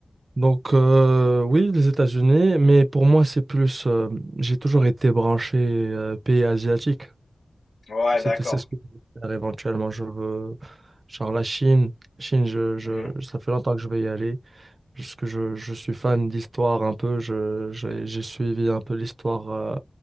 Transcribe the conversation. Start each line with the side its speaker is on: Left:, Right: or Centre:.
Right: Donc, euh, oui, les États-Unis, mais pour moi, c'est plus, euh, j'ai toujours été branché, euh, pays asiatique.
Left: Ouais,
Right: C'est
Left: d'accord.
Right: c'est ce que je veux faire éventuellement. Je veux, genre la Chine, Chine, je, je,
Left: Mhm.
Right: ça fait longtemps que je vais y aller. Parce que je, je suis fan d'histoire un peu. Je, j'ai j'ai suivi un peu l'histoire, euh,